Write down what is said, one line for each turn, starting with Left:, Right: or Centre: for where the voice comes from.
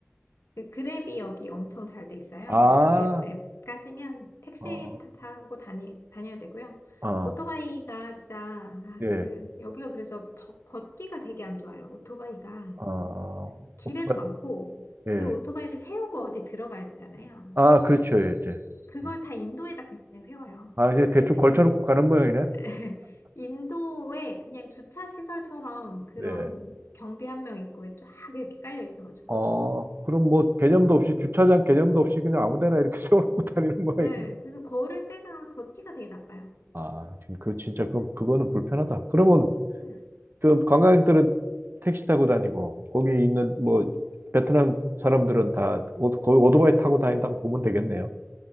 Left: 그 그랩이 여기 엄청 잘 돼 있어요.
Right: 아,
Left: 그랩 앱 가시면 택시
Right: 어,
Left: 타- 타고 다니, 다녀야 되고요.
Right: 아,
Left: 오토바이가 진짜, 아,
Right: 예.
Left: 그, 여기가 그래서 더, 걷기가 되게 안 좋아요. 오토바이가.
Right: 아,
Left: 길에도
Right: 오토바이.
Left: 많고,
Right: 예.
Left: 그 오토바이를 세우고 어디 들어가야 되잖아요.
Right: 아, 그렇죠. 예, 이제.
Left: 그걸
Right: 예.
Left: 다 인도에다 그냥 세워요.
Right: 아, 이제
Left: 그래서
Right: 대충 걸쳐놓고
Left: 이,
Right: 가는 모양이네.
Left: <laughs> 인도에 그냥 주차 시설처럼 그런
Right: 네.
Left: 경비 한 명 있고 쫙 이렇게 깔려 있어가지고.
Right: 어, 그럼 뭐 개념도 없이 주차장 개념도 없이 그냥 아무 데나 이렇게 <laughs> 세워놓고 다니는 모양이네.
Left: 네, 그래서 걸을 때가 걷기가 되게 나빠요.
Right: 아, 지금 그 진짜 그럼 그거는 불편하다. 그러면
Left: 네.
Right: 그 관광객들은 택시 타고 다니고 거기 있는 뭐 베트남 사람들은 다 오- 거의 오토바이 타고 다닌다고 보면 되겠네요.